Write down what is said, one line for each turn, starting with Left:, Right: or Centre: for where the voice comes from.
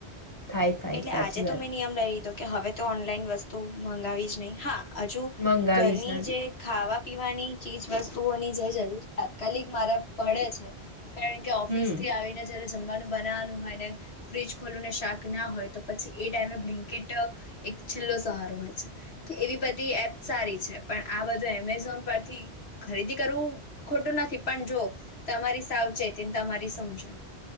Right: થાય થાય
Left: એટલે
Right: સાચી
Left: આજે
Right: વાત
Left: તો મેં નિયમ લઈ લીધો. કે હવે તો ઓનલાઈન વસ્તુ મંગાવી જ નહી હા હજુ
Right: મંગાવી
Left: ઘરની
Right: જ ના જોઈએ
Left: જે ખાવા પીવાની ચીજ વસ્તુઓની જે જરૂર તાત્કાલિક મારે પડે છે કારણ કે ઓફિસ
Right: હમ
Left: થી આવીને જમવાનું બનાવાનું હોય ને ફ્રીજ ખોલું ને શાક ના હોય તો પછી એ ટાઈમે બ્લીન્કીટ એક છેલ્લો સહારો હોય છે તો એવી બધી એપ સારી છે પણ આ બધું એમેઝોન પરથી ખરીદી કરવું ખોટું નથી પણ જો તમારી સાવચેત તએ તમારી સમજણ.